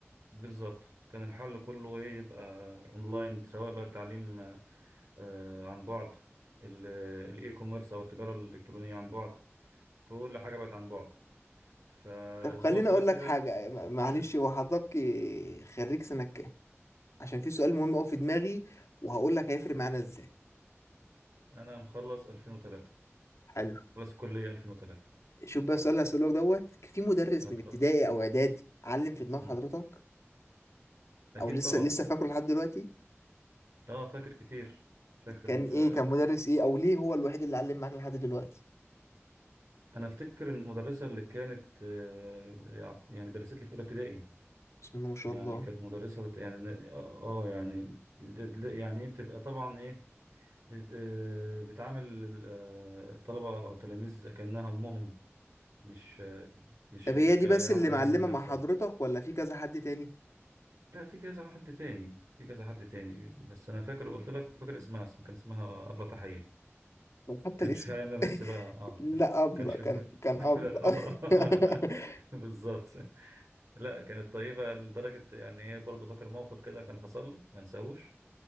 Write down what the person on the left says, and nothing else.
طب خليني
اقول
لك حاجه م- معلش
هو حضرتك خريج سنه كام عشان في سؤال مهم قوي في دماغي وهقول لك هيفرق معانا ازاي
حلو
شوف بقى السؤال اللي هسألك دوت في مدرس
من ابتدائي او اعدادي علم في دماغ
حضرتك
او لسه
لسه فاكره لحد دلوقتي
كان ايه
كان مدرس ايه او ليه هو الوحيد اللي علم معاك لحد دلوقتي
بسم الله ما شاء
الله
طب
هي دي
بس اللي معلمة
مع حضرتك ولا في كذا حد تاني
حتى
الاسم
<laughs>
لا
أبلة
كان
كان أبلة
<laughs>